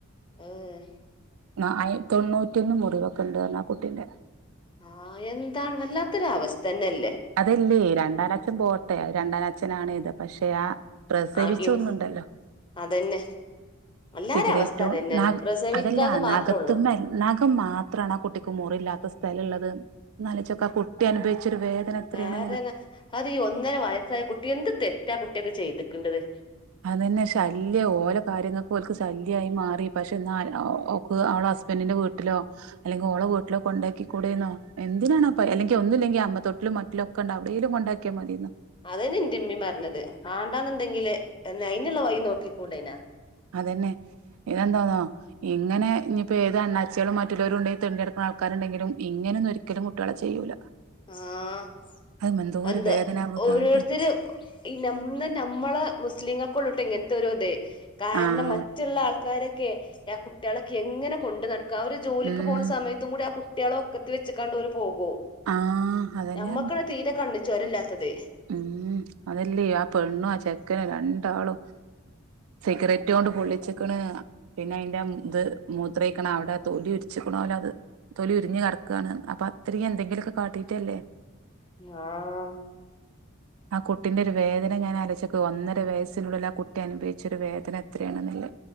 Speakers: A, on the left (about 25°); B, on the right (about 75°).
A: ഊം
B: ആഹ് അയി തൊണ്ണൂറ്റ്യൊന്ന് മുറിവാെക്കെണ്ട് അർഞ്ഞ് ആ കുട്ടിന്റെ
A: ആഹ് എന്താണ് വല്ലാത്തൊര് അവസ്ഥന്നെല്ലെ
B: അതയ്ന്റെ രണ്ടാനച്ഛം പോട്ടെ അത് രണ്ടാനച്ഛനാണ് കെര്ത പക്ഷെ ആ പ്രസവിച്ചാെന്ന്ണ്ടല്ലാെ
A: പടച്ചോനെ അതന്നെ എല്ലാരെ
B: സിഗെരേറ്റും
A: അവസ്ഥ അതന്നെയാണ്
B: നഖ്
A: പ്രസവിക്കാന്ന്
B: അതല്ല
A: മാത്രേള്ളൂ
B: നഖത്ത്‌മ്മേ നഖ് മാത്രാണാ ആ കുട്ടിക്ക് മുറില്ലാത്ത സ്ഥലള്ളെത് ന്നാലൊയ്ച്ചാേക്കാ ആ കുട്ടി അനുഭവിച്ചാെരു വേദന എത്രയാണെന്ന്
A: വേദന അത് ഈ ഒന്നെര വയസ്സായ കുട്ടി എന്ത് തെറ്റാ കുട്ട്യൊക്കെ ചെയ്ത്ക്ക്ണ്ടെത്
B: അതെന്നെ ശല്യം ഓലെ കാര്യങ്ങക്ക് ഓൽക്ക് ശല്യായി മാറി പക്ഷെ ന്നാൽ ഓക്ക് ഓളസ് ബെന്റിന്റെ വീട്ട്ലോ അല്ലെങ്കി ഓളെ വീട്ട്ല് കൊണ്ടേക്കി കൂടേന്നോ എന്തിനാണാ പ എല്ലെങ്കി ഒന്നുല്ലെങ്കി അമ്മ തൊട്ട്ലും മ ലൊക്കെണ്ട് അവ്ടേലും കൊണ്ടാക്ക്യ മത്യേര്ന്നു
A: അതെന്നെ ഇന്റിമ്മിം പർഞ്ഞെത് മാണ്ടാന്ന്ണ്ടെങ്കില് എൻ അയ്ന്ള്ളെ വഴി നോക്കിക്കൂടേനാ
B: അതെന്നെ ഇതെന്താേന്നോ ഇങ്ങെനെ ഞ്ഞ്പ്പേത് അണ്ണാച്ച്യേളും മറ്റുല്ലോരുണ്ടെ തെണ്ടി നടക്ക്ണ ആൾക്കാര്ണ്ടെങ്കിലും ഇങ്ങെനെന്നാെര് ക്കെലും കുട്ട്യോളെ ചെയ്യൂല
A: ആഹ്
B: അത് എന്തോ
A: അന്താ
B: ഒരു വേദന നമുക്ക്
A: ഓരോര്ത്തെ‌ര്
B: കാണിട്ട്
A: ഈ നം ന്ന നമ്മളെ മുസ്‌ലീങ്ങക്കൊള്ളുട്ട ഇങ്ങൻത്താേരാേതേ കാര്ണം
B: ആഹ്
A: മ റ്റ്ള്ള ആൾക്കാരൊക്കെ എഹ് കുട്ട്യാളൊക്കെ എങ്ങെനെ കൊണ്ട് നട്ക്കാ അവെര് ജോലിക്ക്
B: ഉം
A: പോക്ണ സമയ ത്തും കൂടെ ആ കുട്ട്യാളെ ഒക്കത്ത് വെച്ച്ക്കാണ്ട് ഓല് പോകും
B: ആഹ് അതന്നെ
A: ഞമ്മക്കാണ് തീരെ കണ്ണ് ചോരല്ലാത്തത്
B: ഊം അതെല്ലെ ആ പെണ്ണും ആ ചെക്കനും രണ്ടാളും സിഗ്റെറ്റോണ്ട് പൊള്ളിച്ച്ക്ക്ണ് പിന്നെ അയ്ന്റെ ഇത് മൂത്രയ്ക്ക്ണ അവ്ടെ തൊലി ഉര്ച്ച്ക്ക്ണാേലാെ അത് തൊലി ഉര്ഞ്ഞ് കട്ക്കാണ്ന്ന് അപ്പം അത്രീം എന്തെങ്കിലാെക്കെ കാട്ടീട്ടെല്ലെ
A: ആഹ്
B: ആ കുട്ടിന്റെര് വേദന ഞാൻ അലയ്ച്ചക്ക് ഒന്നര വയസ്സിനുള്ളില് ആ കുട്ടി അനുഭവിച്ചൊരു വേദന എത്രേണ്ന്ന്ല്ല.